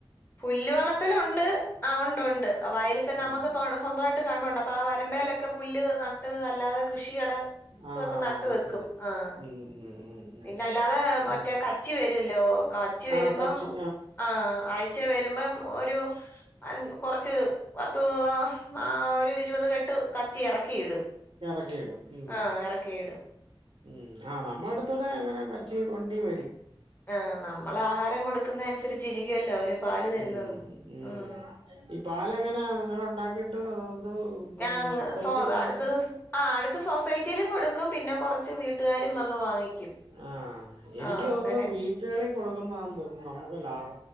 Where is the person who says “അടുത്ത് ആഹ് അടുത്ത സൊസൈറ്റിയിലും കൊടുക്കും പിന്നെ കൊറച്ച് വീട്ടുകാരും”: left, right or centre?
Left